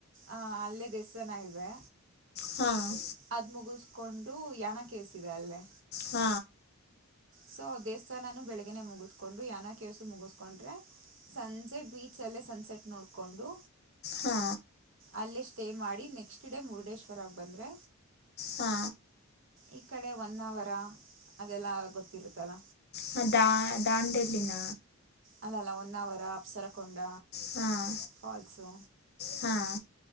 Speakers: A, on the right; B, on the left.
A: ಆ ಅಲ್ಲೇ ದೇವಸ್ಥಾನ ಇದೆ
B: ಹಾಂ
A: ಅದ ಮೊಗಸ್ ಕೊಂಡು ಯಾನ ಕೇಸ್ ಇದೆ ಅಲ್ಲೇ
B: ಹು
A: ಸೊ ದೇವಸ್ಥಾನಾನ ಬೆಳಿಗ್ನೆ ಮುಗಿಸಸ್ಕೊಂಡು ಯಾನ ಕೇಳಸು ಮುಗಿಸಕೊಂಡ್ರೆ ಸಂಜೆ ಬೀಚ್ ಅಲ್ಲೇ ಸ್ವಲ್ಪ ಸೆಟ್ ನೋಡ್ಕೊಂಡು
B: ಹಾ
A: ಅಲ್ಲೇ ಸ್ಟೇ ಮಾಡಿ ನೆಕ್ಸ್ಟ್ ಡೇ ಮುರುಡೇಶ್ವರಕ್ಕೆ ಬಂದರೆ
B: ಹಾ
A: ಈ ಕಡೆ ಒನ್ ಹೊನ್ನಾವರ ಅದೆಲ್ಲಾ ಗೊತ್ತಿರುತ್ತಲ್ಲ
B: ಹ ದ ದಾಂಡೇಲಿನ
A: ಅಲ್ಲ ಅಲ್ಲ ಹೊನ್ನಾವರ ಅಪ್ಸರಕೊಂಡ
B: ಹಾಂ
A: ಫಾಲ್ಸು
B: ಹಾಂ